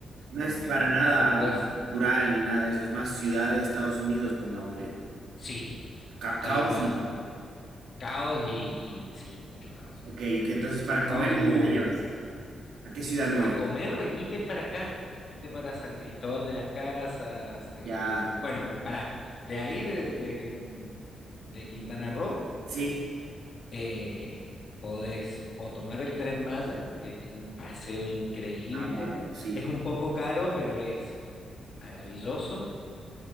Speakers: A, on the right (about 80°); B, on the left (about 35°).
A: No
B: como
A: es
B: que
A: para
B: no,
A: nada
B: no te puedes,
A: cultural ni nada de eso, es más ciudad de Estados Unidos, pongámosle.
B: sí,
A: Ca-
B: tal
A: caos
B: cual,
A: y
B: caos y, y sí, mucho caos,
A: Ok, ok, entonces para comer,
B: caos y
A: ¿dónde
B: mugre.
A: me llevas? ¿A qué ciudad me voy?
B: A comer, venite para acá, venite para San Cristóbal de las Casas, este,
A: Ya,
B: bueno, pará, de ahí de, de, mm, de Quintana Roo.
A: sí,
B: Eh, podés o tomar el tren Maya, que tiene un paseo increíble.
A: ah, bárbaro, sí.
B: Es un poco caro, pero es maravilloso.